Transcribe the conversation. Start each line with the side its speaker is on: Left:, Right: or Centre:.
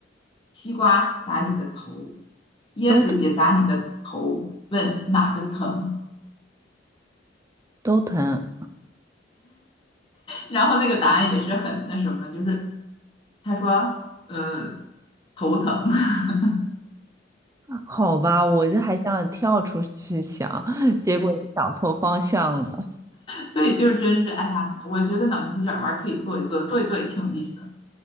Left: 西瓜砸你的头，椰子也砸你的头，
Right: 都疼，
Left: 问哪个疼？
Right: 都疼。
Left: 然后那个答案也是很那什么，就是他说，呃，头疼。<laughs>
Right: 好吧，我这还想跳出去想，<laughs> 结果也想错方向了。
Left: 所以就真是，哎呀，我觉得脑筋急转弯可以做一做，做一做也挺有意思的。